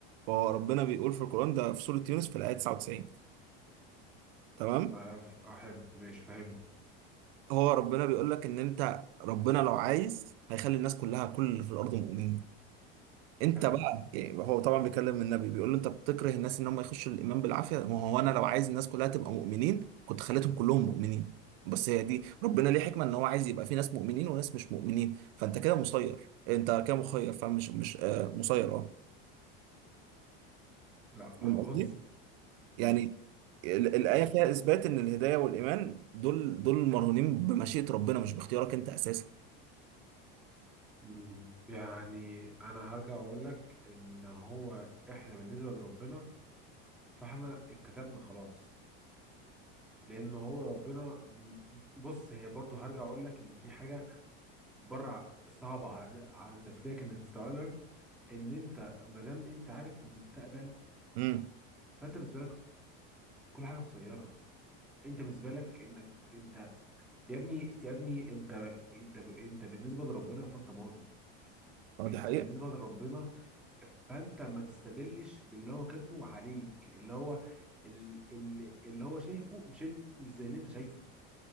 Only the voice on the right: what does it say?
فهو ربنا بيقول في القران ده في سوره يونس في الايه 99 تمام
هو ربنا بيقول لك ان انت ربنا لو عايز هيخلي الناس كلها كل اللي في الارض مؤمنين انت
بقى إيه، هو طبعا بيكلم النبي بيقول له انت بتكره الناس ان هم يخشوا الايمان بالعافيه ما هو انا لو عايز الناس كلها تبقى مؤمنين كنت خليتهم كلهم مؤمنين بس هي دي ربنا ليه حكمه ان هو عايز يبقى في ناس مؤمنين وناس مش مؤمنين فانت كده مسير انت كده مخير فمش مش آه مسير اه
فاهم
قصدي
يعني
ال- الايه
فيها اثبات ان الهدايه والايمان دول دول مرهونين بمشيئه ربنا مش باختيارك انت اساسا
امم
اه
دي حقيقه